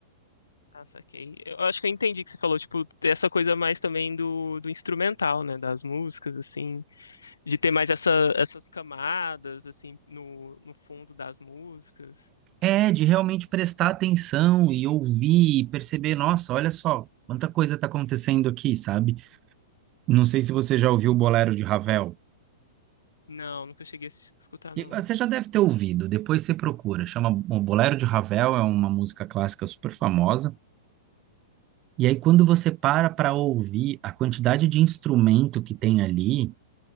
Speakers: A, on the left; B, on the right.
A: Ah, saquei. Eu acho que eu entendi que você falou, tipo, dessa coisa mais também do, do instrumental, né? Das músicas, assim. De ter mais essa, essas camadas, assim, no, no fundo das músicas.
B: É de realmente prestar atenção e ouvir e perceber, nossa, olha só, quanta coisa está acontecendo aqui, sabe? Não sei se você já ouviu o Bolero de Ravel.
A: Não, nunca cheguei a escutar,
B: E
A: não.
B: Você já deve ter ouvido, depois você procura. Chama o Bolero de Ravel, é uma música clássica super famosa. E aí, quando você para para ouvir a quantidade de instrumento que tem ali,